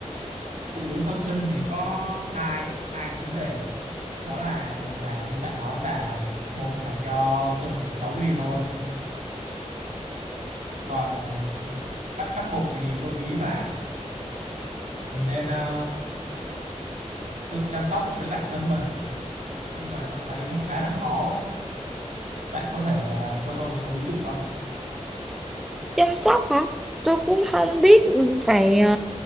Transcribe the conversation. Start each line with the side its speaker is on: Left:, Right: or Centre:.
Right: phụ nữ sau sinh thì có hai hai vấn đề đó là một là như bạn nói và một là do cơ thể xấu đi thôi còn ờ, cách khắc phục thì tôi nghĩ là mình nên ờ, tự chăm sóc lấy bản thân mình nhưng mà tôi thấy nó khá là khó á. Bạn có thể à, cho tôi một số ví dụ không?
Centre: chăm sóc hả tôi cũng không biết phải ờ,